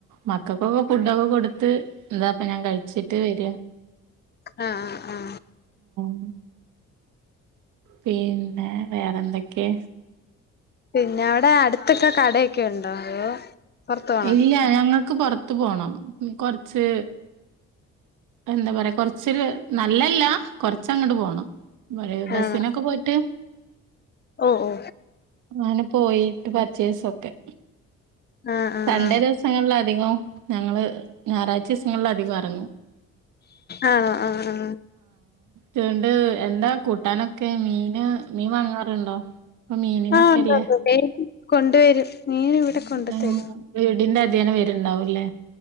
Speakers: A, on the right (about 85°); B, on the left (about 35°).
A: മക്കൾക്കൊക്കെ ഫുഡൊക്കെ കൊടുത്ത് ഇതാപ്പൊ ഞാൻ കഴിച്ചിട്ട് വരുവാ
B: ആ ആആ
A: ഉം പിന്നെ വേറെന്തൊക്കെ
B: പിന്നെ അവിടെ അടുത്തൊക്കെ കടയൊക്കെ ഒണ്ടോ അതോ പുറത്ത് പോണോ
A: ഇല്ല ഞങ്ങൾ പെറത്ത് പോണം കൊറച്ച് എന്താ പറയാ കൊറച്ച് നല്ലല്ലാ കൊറച്ച് അങ്ങട് പോണം കുറെ ബസ്സിനൊക്കെ
B: ആണോ
A: പോയിട്ട്
B: ഓ ഓ
A: അങ്ങനെ പോയിട്ട് പ ചേസൊക്കെ
B: ആഹ് ആഹ്
A: സൺഡേ ദിവസങ്ങളില അധികം ഞങ്ങള് ഞായറാഴ്ച ദിവസങ്ങളില അധികം ഇറങ്ങും
B: ആഹ് ആഹ് ആഹ്
A: ചെണ്ടു എന്താ കൂട്ടാനൊക്കെ മീന് മീൻ വാങ്ങാറുണ്ടോ ഇപ്പൊ മീനിനൊക്കെല്ലേ
B: ആഹ് ഉണ്ട് ഉണ്ട് കൊണ്ടുവരും മീൻ ഇവിടെ കൊണ്ടുത്തരും
A: ആഹ് വീടിന്റെ അട് അതിയാനെ വെരുണ്ടാവും ലെ